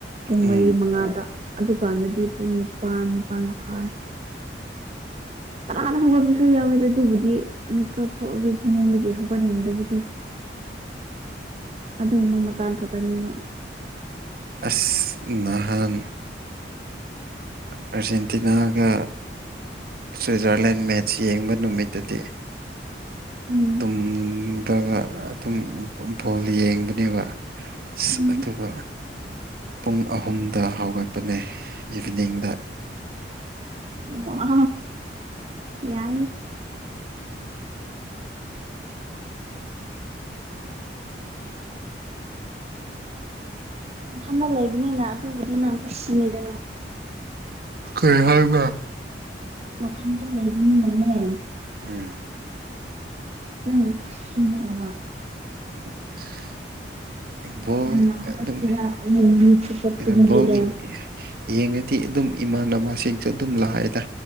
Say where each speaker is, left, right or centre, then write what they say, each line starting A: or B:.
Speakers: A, on the right; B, on the right.
A: ꯄꯨꯡ
B: ꯎꯝ
A: ꯃꯔꯤ ꯃꯉꯥꯗ ꯑꯗꯨꯀꯥꯟꯗꯗꯤ ꯄꯨꯡ ꯅꯤꯄꯥꯟ ꯅꯤꯄꯥꯜ ꯃꯈꯥꯏ ꯇꯔꯥꯅ ꯍꯧꯒꯠꯄꯁꯨ ꯌꯥꯎꯌꯦꯗ ꯑꯗꯨꯕꯨꯗꯤ ꯃꯦꯀꯞ ꯊꯣꯛꯑꯁꯨ ꯐꯃꯨꯡꯗꯒꯤ ꯍꯧꯒꯟꯅꯤꯡꯗꯕꯗꯣ
B: <unintelligible>
A: ꯑꯗꯨꯗ ꯎꯃꯃ ꯇꯥꯟ ꯀ ꯇꯅꯤꯦꯕ
B: ꯑꯁ ꯅꯍꯥꯟ ꯑꯔꯖꯦꯟꯇꯤꯅꯥꯒ ꯁ꯭ꯋꯤꯖꯔꯂꯦꯟ ꯃꯦꯠꯆ ꯌꯦꯡꯕ ꯅꯨꯃꯤꯠꯇꯗꯤ
A: ꯎꯝ
B: ꯇꯨꯝ ꯅꯠꯇꯒ ꯑꯗꯨꯝ ꯕꯣꯜ ꯌꯦꯡꯕꯅꯦꯕ ꯑ
A: ꯎꯝ
B: ꯑꯗꯨꯒ ꯄꯨꯡ ꯑꯍꯨꯝꯗ ꯍꯧꯒꯠꯄꯅꯦ ꯏꯚꯤꯅꯤꯡꯗ
A: ꯋꯥ ꯌꯥ ꯏꯟꯊꯅ ꯂꯩꯕꯅꯤꯅ ꯑꯗꯨꯕꯨꯗꯤ ꯅꯪ ꯈꯨꯨꯁꯤꯃꯦꯗꯅ
B: ꯀꯩ ꯍꯥꯏꯕ
A: ꯅꯥꯊꯟꯇ ꯂꯩꯔꯨꯅꯤꯅꯅꯦ
B: ꯎꯝ
A: ꯅꯪꯒꯤ ꯈꯨꯨꯁꯤꯅꯦ ꯍꯕ
B: <inaudible> ꯕꯣꯜ
A: ꯉꯟꯅ ꯍꯧꯒꯠꯀꯦꯔ
B: ꯑꯗꯨꯝ
A: ꯑꯌꯨꯛ ꯅꯨꯃꯤꯠꯆꯨꯞꯄ
B: ꯀꯩꯅꯣ
A: ꯇꯨꯝꯒꯦꯔ
B: ꯕꯣꯜ ꯌꯦꯡꯉꯗꯤ ꯑꯗꯨꯝ ꯏꯃꯥꯟꯅꯕꯁꯤꯡꯁꯨ ꯑꯗꯨꯝ ꯂꯥꯛꯑꯦꯗ